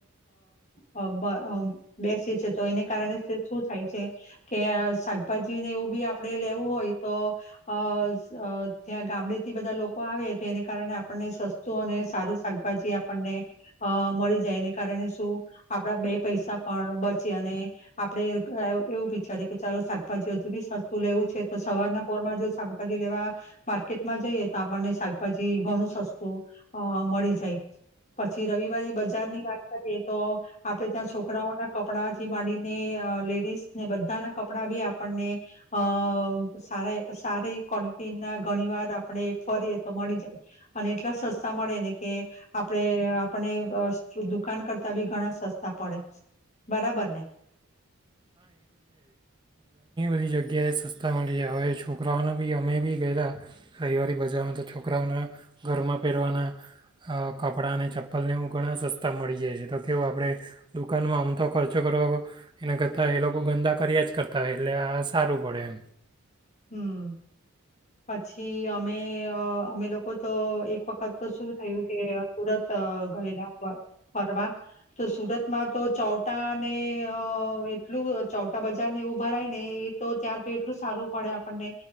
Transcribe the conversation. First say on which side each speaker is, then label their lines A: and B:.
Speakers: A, on the left; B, on the right.
A: અ બેસી છે તો એને કારણે શું થાય છે, કે શાકભાજીને એવું બી આપણેે લેવું હોય, તો અ ત્યાં ગામડે થી બધા લોકો આવે તો એને કારણે આપણને સસ્તું અને સારું શાકભાજી આપણને મળી જાય એને કારણે શું, આપડા બે પૈસા પણ બચે અને, આપડે એવું વિચારી કે ચાલો શાકભાજી હજુ બી સસ્તું લેવું છે તો સવારના પોરમાં જો શાકભાજી લેવા, માર્કેટ જઈએ તો આપણને શાકભાજી ઘણું સસ્તું અ મળી જાય, પછી રવિવાર બજારની વાત કરીએ તો, આપણે ત્યાં છોકરાઓના કપડાથી માંડીને લેડીઝને બધાના કપડા બી આપણને અ સા સારી ક્વલિટી ના ઘણી વાર આપણે ફરીએ તો મળી જાય, અને એટલા સસ્તા મળે ને કે, આપણે આપને દુકાન કરતા બી ઘણા સસ્તા પડે, બરાબર ને.
B: બી જગ્યાએ સસ્તા મળી જ હવે છોકરાઓને બી અમે બી ગયેલા, રવિવા બસ જેમાં તો છોકરાઓના, ઘરમાં પહેરવાના કપડાં અને ચપ્પલને એવું ઘણા સસ્તા મળી જાય છે તો કેવું આપણે દુકાનમાં આમ તો ખર્ચો કરવા એના કરતાં એ લોકો ગંદા કર્યા જ કરતા હોય એટલે આ સારું પડે એમ.
A: હમ, પછી અમે અમે લોકો તો એક વખત તો શું થયું કે સુરત ગયેલા ફરવા તો સુરતમાં તો ચૌટા ને અ એટલું ચોટા બજાર ને એવું ભરાય ને એ તો ત્યાં તો એટલું સારું પડે આપણને,